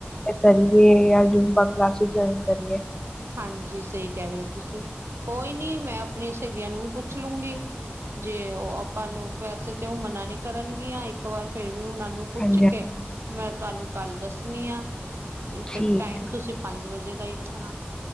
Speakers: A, on the left; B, on the right.
A: ਕਰੀਏ ਜੁੰਬਾ ਕਲਾਸਿਸ ਜੁਆਇਨ ਕਰੀਏ।
B: ਹਾਂਜੀ ਸਹੀ ਕਹਿ ਰਹੇ ਹੋ ਤੁਸੀਂ ਕੋਈ ਨੀ ਮੈਂ ਆਪਣੀਆਂ ਸਹੇਲੀਆਂ ਨੂੰ ਵੀ ਪੁੱ ਪੁੱਛ ਲੂੰਗੀ ਜੇ ਉਹ ਆਪਾਂ ਲੋ ਵੈਸੇ ਤੇ ਉਹ ਮਨਾ ਨੀ ਕਰਨਗੀਆਂ ਇੱਕ ਵਾਰ ਫ਼ਿਰ ਵੀ ਉਹਨਾਂ ਨੂੰ ਪੁੱਛ
A: ਹਾਂਜੀ
B: ਕੇ ਮੈਂ ਤੁਹਾਨੂੰ ਕੱਲ ਦੱਸਣੀ ਆ। ਜਿੱਥੇ
A: ਠੀਕ
B: ਟਾਈਮ
A: ਹੈ
B: ਤੁਸੀਂ ਪੰਜ ਵਜੇ ਦਾ ਹੀ ਰੱਖਣਾ